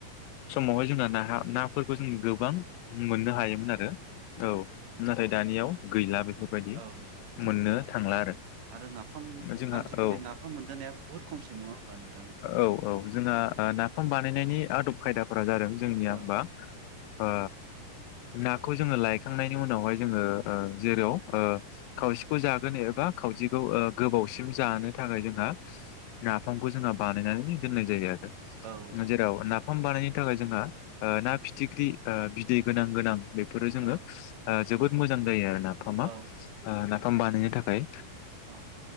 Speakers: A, on the left (about 80°); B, on the right (about 65°).
A: समावहाय जोंहा नाहा नाफोरखौ जों गोबां मोननो हायोमोन आरो। औ नाथाय दानियाव गैला, बेफोरबायदि
B: औ औ
A: मोननो थांला आरो
B: आरो नाफाम
A: जोंहा
B: आजिखालि
A: औ,
B: नाफाम मोनजानाया बुहुद खमसै नङा होमबा नोंथां?
A: औ औ जोंहा नाफाम बानायनायनि आदब खायदा फोर जादों जोंनिया
B: औ
A: होमबा ओ नाखौ जोङो लायखांनायनि उनावहाय जोङो ओ जेराव ओ खावसेखौ जागोनो एबा खावसेखौ ओ गोबावसिम जानो थाखाय जोंहा नाफामखौ जोंहा बानायनानै दोननाय जायो आरो। जेराव
B: औ
A: ना फाम बानायनो थाखाय जोंहा ओ ना फिथिख्रि ओ बि दै गोनां गोनां बेफोरो जोंङो
B: औ
A: ओ जोबोद मोजां जायो आरो नाफामा। ओ
B: औ
A: नाफाम बानायनो था खाय
B: औ।